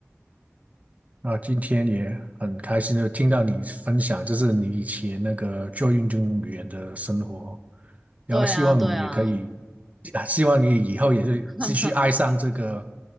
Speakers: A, on the right (about 30°); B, in the centre.
A: 那今天也很开心，就听到你分享，就是你以前那个做运动员的生活，然后希望你也可以，
B: 对啊，对啊。
A: 啊希望你以后也是继续爱上这个
B: <laughs>